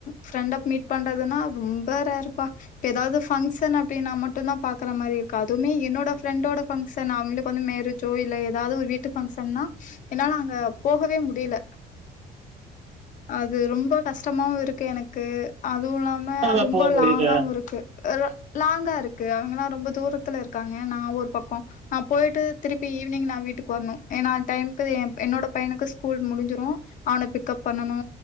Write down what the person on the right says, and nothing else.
அதனால
போக முடியல